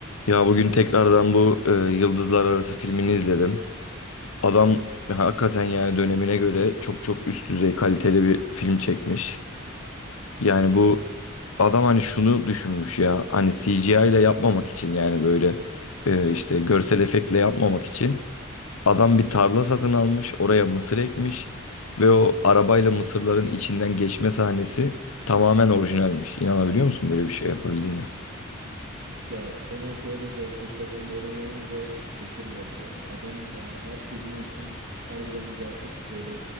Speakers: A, on the left; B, on the right.
A: Ya bugün tekrardan bu e, Yıldızlar Arası filmini izledim. Adam hakikaten yani dönemine göre çok çok üst düzey kaliteli bir film çekmiş. Yani bu adam hani şunu düşünmüş ya hani CGI ile yapmamak için yani böyle e, işte görsel efektle yapmamak için adam bir tarla satın almış oraya mısır ekmiş ve o arabayla mısırların içinden geçme sahnesi tamamen orijinalmiş. İnanabiliyor musun böyle bir şey yapabildiğine?
B: Ya konu şey olunca, Christopher Nolan olunca şaşırmıyorum ya. Adam yani her filmi için harbiden gerçek böyle